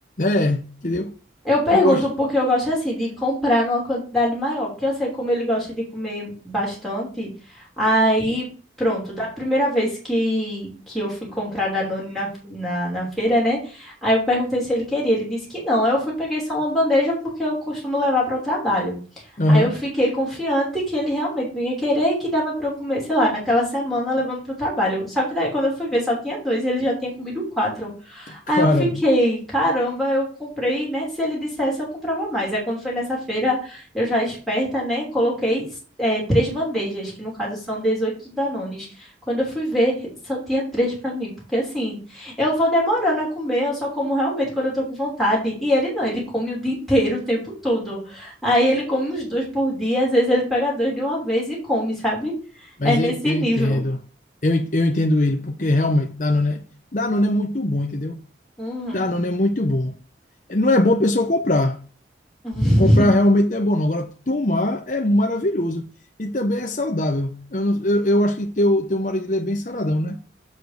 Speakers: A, on the left; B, in the centre.
A: É, entendeu?
B: Eu pergunto
A: Eu acho.
B: porque eu gosto assim de comprar numa quantidade maior, porque eu sei como ele gosta de comer bastante. Aí, pronto, da primeira vez que, que eu fui comprar Danone na, na, na feira, né? Aí eu perguntei se ele queria, ele disse que não. Aí eu fui peguei só uma bandeja porque eu costumo levar para o trabalho.
A: Aham.
B: Aí eu fiquei confiante que ele realmente não ia querer e que dava para eu comer, sei lá, naquela semana levando para o trabalho. Só que daí quando eu fui ver, só tinha dois e ele já tinha comido quatro.
A: <laughs> Caramba.
B: Aí eu fiquei, caramba, eu comprei, né? Se ele dissesse, eu comprava mais. Aí quando foi nessa feira, eu já esperta, né? Coloquei eh, três bandejas, que no caso são 18 Danones. Quando eu fui ver, só tinha três para mim, porque assim, eu vou demorando a comer, eu só como realmente quando eu tô com vontade. E ele não, ele come o dia inteiro, o tempo todo. Aí ele come uns dois por dia, às vezes ele pega dois de uma vez e come, sabe?
A: Mas
B: É nesse
A: eu, eu
B: nível.
A: entendo. Eu, en- eu entendo ele, porque realmente Danone, é- Danone é muito bom, entendeu?
B: Uhum.
A: Danone é muito bom. Não é bom a pessoa comprar.
B: <laughs>
A: Comprar realmente não é bom, não. Agora, tomar é maravilhoso. E também é saudável. Eu, não- eu, eu acho que teu, teu marido ele é bem saradão, né?